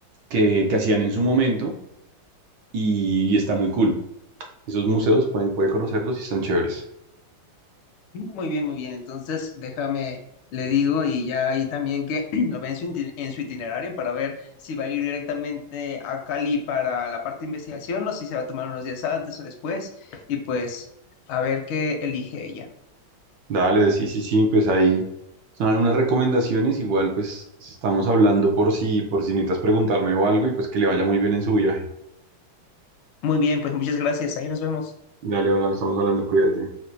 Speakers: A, on the right; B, on the left.
A: que, que hacían en su momento y, y está muy cool. Esos museos pueden, puede conocerlos y están chéveres.
B: Muy bien, muy bien. Entonces, déjame, le digo, y ya ahí también que <clears throat> lo ve en su, iti- en su itinerario para ver si va a ir directamente a Cali para la parte de investigación o si se va a tomar unos días antes o después, y pues a ver qué elige ella.
A: Dale, sí, sí, sí, pues ahí son algunas recomendaciones. Igual, pues si estamos hablando por si, por si necesitas preguntarme o algo y pues que le vaya muy bien en su viaje.
B: Muy bien, pues muchas gracias. Ahí nos vemos.
A: Dale, ahora estamos hablando, cuídate.